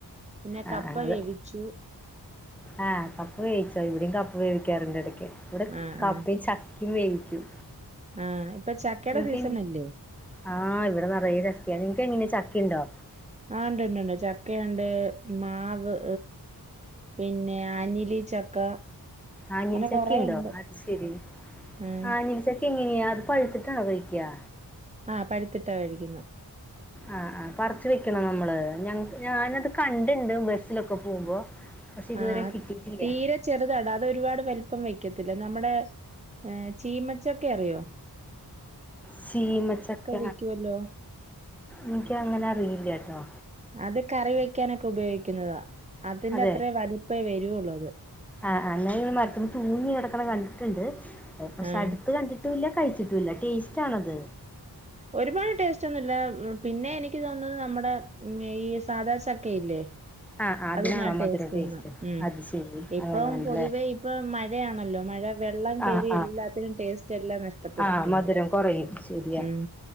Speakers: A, on the right; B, in the centre.
A: പിന്നെ
B: ആഹ്
A: കപ്പ
B: അത്
A: വേവിച്ചു
B: ആഹ് കപ്പ വേവിച്ചോ ഇവടിം കപ്പ വേവിക്കാറുണ്ടെടക്ക് ഇവടെ
A: ആഹ്
B: കപ്പേം
A: ആഹ്
B: ചക്കേം വേവിക്കും
A: ആഹ് ഇപ്പം ചക്കേടെ
B: നിങ്ങക്ക്
A: സീസണല്ലേ
B: ആഹ് ഇവടെ നറയെ ചക്കെയാ, നിനക്ക് എങ്ങനെ ചക്കിയ്ണ്ടോ
A: ആഹ് ഇണ്ട്ണ്ട്ണ്ട് ചക്കയുണ്ട് മാവ് പിന്നെ ആഞ്ഞിലി ചക്ക
B: ആഞ്ഞിലി
A: അങ്ങനെ
B: ചക്കീണ്ടോ
A: കൊറേയുണ്ട്
B: അത് ശെരി
A: ഉം
B: ആഞ്ഞിൽചക് എങ്ങനെയാ അത് പഴുത്തിട്ട്ണോ കഴിക്യാ
A: ആഹ് പഴുത്തിട്ടാ കഴിക്കുന്നെ
B: ആഹ് ആഹ് പറിച്ച് വെക്കണോ നമ്മള് ഞ ഞാനത് കണ്ടിണ്ട് ബസ്സിലൊക്കെ പോവുമ്പോ പക്ഷെ ഇതുവരെ
A: ആഹ്
B: കിട്ടീട്ടില്ല
A: തീരെ ചെറുതാടാ അത് ഒരുപാട് വലുപ്പം വെക്കത്തില്ല. നമ്മുടെ ചീമച്ചക്കയറിയോ
B: ശീമച്ചക്ക
A: വിക്കുവല്ലോ
B: ഇൻക്കങ്ങനെ അറിയില്ലട്ടോ
A: അത് കറി വെക്കാനൊക്കെ ഉപയോഗിക്കുന്നതാ അതിന്റെത്രേ
B: അതെ
A: വലിപ്പേ വരോള്ളത്
B: ആഹ് ആഹ് ഞാൻ ഇങ്ങനെ മരത്തിന്ന് തൂങ്ങി കെടക്ക്ണ കണ്ടിട്ടുണ്ട് പക്ഷെ
A: ആഹ്
B: അടുത്ത് കണ്ടിട്ട് ട്ടുല്ല കഴിച്ചിട്ടൂല്ല ടേസ്റ്റ് ആണൊത്
A: ഒരുപാട് ടേസ്റ്റൊന്നുല്ല പിന്നെ എനിക്ക് തോന്നുന്നത് നമ്മടെ ഈ സാദാച്ചക്കയില്ലേ
B: ആഹ് ആഹ് അതിനാണോ
A: അതിനാ ടേസ്റ്റ്ന്ന്
B: മധുരം ടേസ്റ്റ്
A: മ്മ്
B: അത് ശരി
A: ഇപ്പം
B: അങ്ങനെയാണല്ലേ
A: പൊതുവെ ഇപ്പ മഴയാണല്ലോ മഴ വെള്ളം കേറി
B: ആഹ് ആഹ്
A: എല്ലാത്തിനും ടേസ്റ്റ് എല്ലാം നഷ്ടപ്പെട്ടിട്ടുണ്ട്
B: ആഹ് മധുരം കുറയും ശരിയാ
A: ഉം